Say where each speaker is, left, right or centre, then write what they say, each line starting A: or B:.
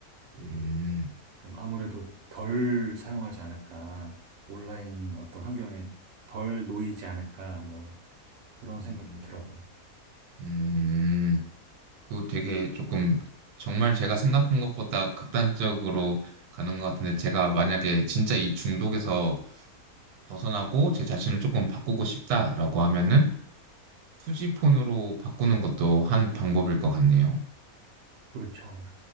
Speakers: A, on the right; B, on the right.
A: 그,
B: 음,
A: 좀 아무래도 덜 사용하지 않을까, 온라인 어떤 환경에 덜 놓이지 않을까, 뭐 그런
B: 음,
A: 생각도 들어요.
B: 음, 그 되게 조금 정말 제가 생각한 것보다 극단적으로 가는 것 같은데,
A: 음,
B: 제가 만약에 진짜 이 중독에서 벗어나고 제 자신을 조금 바꾸고 싶다라고 하면은 투지폰으로 바꾸는 것도 한 방법일 것 같네요.
A: 그렇죠.